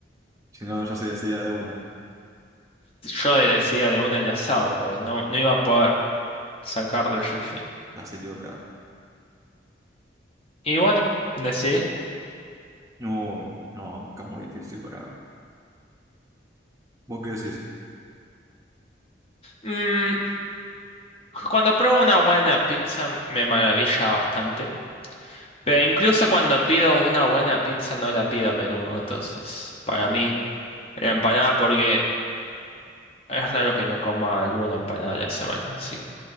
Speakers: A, on the right; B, on the left.
A: Si no, ya se decía de una.
B: Yo le decía de una el asado, porque no, no iba a poder sacarle yo el fin.
A: Ya se equivocaba.
B: Y bueno, decidí.
A: No, no, que es muy difícil para... ¿Vos qué decís?
B: Mm, cuando pruebo una buena pizza me maravilla bastante. Pero incluso cuando pido una buena pizza no la pido a menudo. Entonces, para mí, la empanada, porque Es raro que no coma alguna empanada a la semana, así